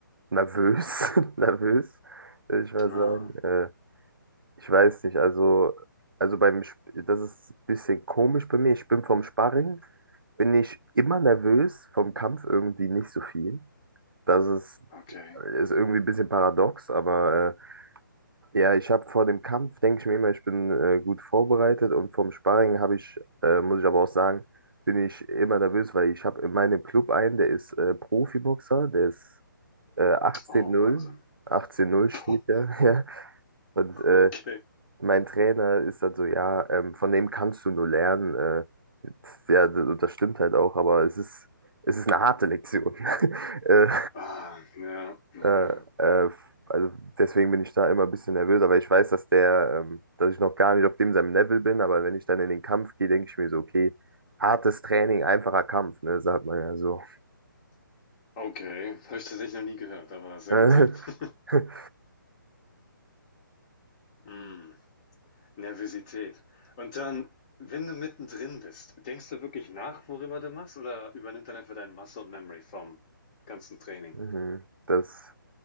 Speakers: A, on the right; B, on the left.
A: nervös, <laughs> nervös, würde ich mal
B: Ah,
A: sagen. Äh, Ich weiß nicht, also, also beim, Sp- das ist ein bisschen komisch bei mir. Ich bin vom Sparring, bin ich immer nervös, vom Kampf irgendwie nicht so viel. Das ist,
B: okay.
A: ist irgendwie ein bisschen paradox, aber äh, ja, ich habe vor dem Kampf, denke ich mir immer, ich bin äh, gut vorbereitet und vom Sparring habe ich, äh, muss ich aber auch sagen, bin ich immer nervös, weil ich habe in meinem Club einen, der ist äh, Profiboxer, der ist äh, 18-0,
B: Oh, Wahnsinn.
A: 18-0
B: <laughs>
A: steht
B: Boah,
A: der, <laughs> ja. Und äh,
B: okay.
A: mein Trainer ist dann so, ja, ähm, von dem kannst du nur lernen. Äh, pf, ja, das, das stimmt halt auch, aber es ist, es ist eine harte Lektion. <laughs> äh,
B: Ah, ja, ja,
A: äh,
B: ja.
A: äh, also deswegen bin ich da immer ein bisschen nervös, aber ich weiß, dass der, ähm, dass ich noch gar nicht auf dem seinem Level bin, aber wenn ich dann in den Kampf gehe, denke ich mir so, okay, hartes Training, einfacher Kampf, ne, sagt man ja so.
B: Okay, habe ich tatsächlich noch nie gehört, aber es ergibt
A: Äh,
B: Sinn. <laughs>
A: <laughs>
B: Mm, Nervosität. Und dann, wenn du mittendrin bist, denkst du wirklich nach, worüber du machst, oder übernimmt dann einfach dein Muscle Memory vom ganzen Training?
A: Mhm, das,